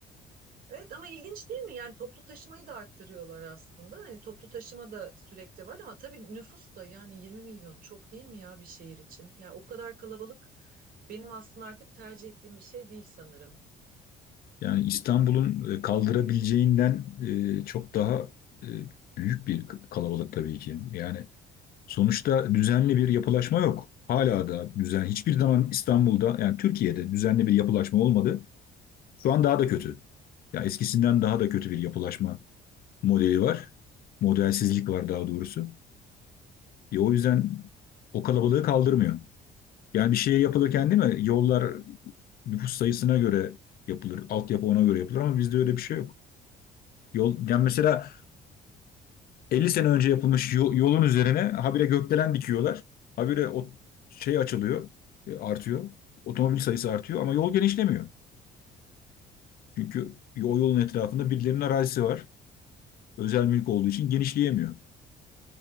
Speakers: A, on the right; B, on the left.
A: Evet ama ilginç değil mi? Yani toplu taşımayı da arttırıyorlar aslında. Hani toplu taşıma da sürekli var ama tabii nüfus da yani 20 milyon çok değil mi ya bir şehir için? Yani o kadar kalabalık benim aslında artık tercih ettiğim bir şey değil sanırım.
B: Yani İstanbul'un e, kaldırabileceğinden e, çok daha e, büyük bir kalabalık tabii ki. Yani sonuçta düzenli bir yapılaşma yok. Hala da düzen hiçbir zaman İstanbul'da yani Türkiye'de düzenli bir yapılaşma olmadı. Şu an daha da kötü. Ya eskisinden daha da kötü bir yapılaşma modeli var. Modelsizlik var daha doğrusu. E, o yüzden o kalabalığı kaldırmıyor. Yani bir şey yapılırken değil mi? Yollar nüfus sayısına göre yapılır. Altyapı ona göre yapılır ama bizde öyle bir şey yok. Yol, yani mesela 50 sene önce yapılmış yo- yolun üzerine habire gökdelen dikiyorlar. Habire o şey açılıyor, e, artıyor. Otomobil sayısı artıyor ama yol genişlemiyor. Çünkü o yolun etrafında birilerinin arazisi var. Özel mülk olduğu için genişleyemiyor.